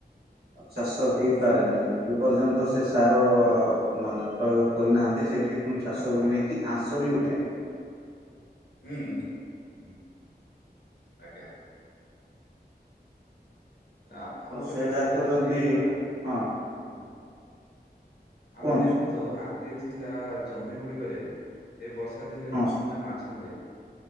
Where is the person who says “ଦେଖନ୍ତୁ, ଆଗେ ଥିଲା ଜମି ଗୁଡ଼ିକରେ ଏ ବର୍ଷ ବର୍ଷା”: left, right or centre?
Left